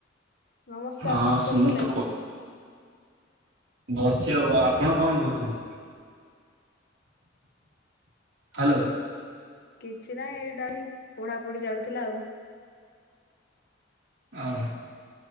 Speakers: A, on the left; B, on the right.
A: ନମସ୍କାର
B: ହଁ
A: କଣ କରୁଥିଲେ?
B: ମୁଁ ତ ବସିଚି ଆଉ। ଆପଣ କଣ କରୁଚନ୍ତି? ହାଲୋ।
A: କିଛି ନାଇଁ ଏଇଟା ପଢାପଢି ଚାଲୁଥିଲା ଆଉ।
B: ଓହୋ